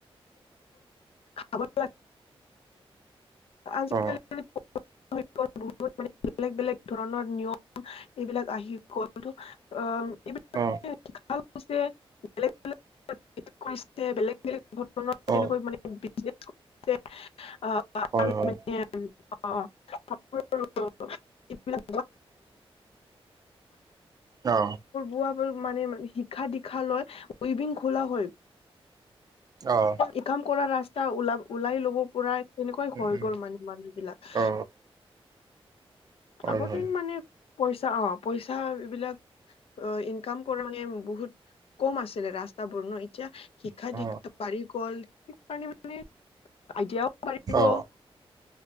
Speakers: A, on the left; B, on the right.
A: <unintelligible> আজিকালি
B: অ
A: <unintelligible> <unintelligible> বেলেগ বেলেগ ধৰণৰ নিয়ম এইবিলাক আহি গ'ল অ' এইবিলাক
B: অ'
A: বেলেগ-বেলেগ-বেলেগ-বেলেগ ঘৰত
B: অ অ অ
A: তেনেকৈ মানে বিজনেছ কৰিছে আহ'
B: হয় হয়
A: মানে অ' কাৰোবাৰ আ <unintelligible>
B: অ
A: বোৱা মানে শিক্ষা দীক্ষা লয় ৱবিং খোলা হয়
B: অ
A: ই কাম কৰা ৰাস্তা ওলা ওলাই লব পৰাই তেনেকুৱাই হৈ
B: উম উম
A: গল মানে মানুহ বিলাক
B: অ অ হয়
A: আগতে
B: হয়
A: মানে পইচা অ পইচা বিলাক অ ইনকাম কৰ মানে বহুত কম আছিলে ৰাস্তা বোৰ ন এতিয়া শিক্ষা
B: অ
A: দীক্ষা বাঢ়ি গ'ল সেইকাৰণে মানে আইডিয়াও বাঢ়ি গ'ল
B: অ